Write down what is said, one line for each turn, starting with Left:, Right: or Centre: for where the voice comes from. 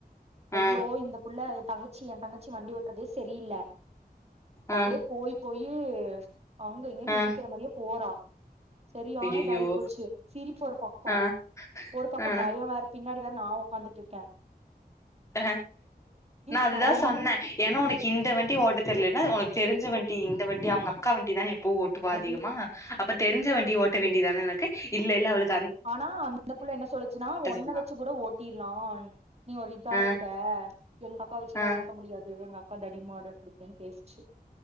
Right: ஐயோ
Left: ஆ
Right: இந்த புள்ள எ தங்கச்சி எ தங்கச்சி வண்டி ஓட்றது செரியில்ல அப்டே
Left: ஆ
Right: போய் போய்யோ அங்க இங்கன்னு
Left: ஆ
Right: இடிக்கிற மாரியே போறா செரியானதாயி
Left: ஐயையோ
Right: போச்சு சிரிப்பு ஒரு பக்கோ
Left: ஆ
Right: ஒரு பக்கோ
Left: ஆ
Right: பய வேற பின்னாடி பாரு நா ஒக்காந்துட்ருக்கே
Left: அ நா அதுதா
Right: சாமி
Left: சொன்னே ஏனா ஒனக் இந்த வண்டி ஓட்ட தெரிலனா ஒனக்கு தெரிஞ்ச வண்டி இந்த வண்டி அவ்ங்க அக்கா வண்டி தானே எப்பவு ஓட்டுவா
Right: அது
Left: அதிகமா அப்ப தெரிஞ்ச
Right: ம்
Left: வண்டி ஓட்ட வேண்டிதானனக்கு இல்ல இல்ல அவளுக்
Right: ஆனா அந்த புள்ள என்ன சொல்லுச்சுனா ஒன்ன
Left: சொன்னா
Right: வச்சு கூட ஓட்டிர்லான் நீ ஒரு இதா
Left: ஆ
Right: இருக்க <inaudible> எங்க அக்கா வச்சுலா
Left: ஆ
Right: ஓட்ட முடியாது எங்க அக் கா தடி மாடு இப்டித்தே பேசுச்சு